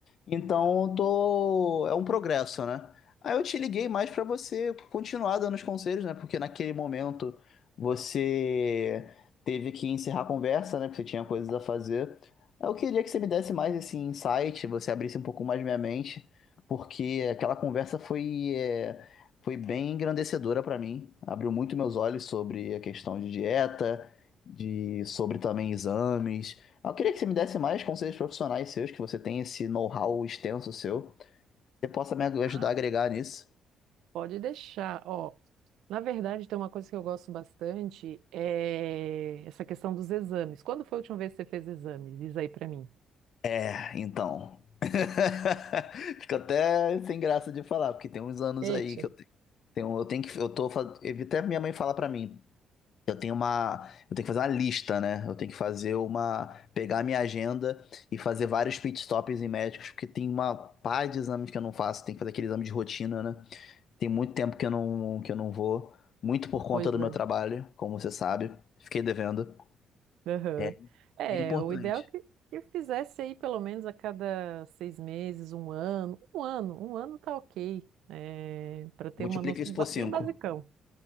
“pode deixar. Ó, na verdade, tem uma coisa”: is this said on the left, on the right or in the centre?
Right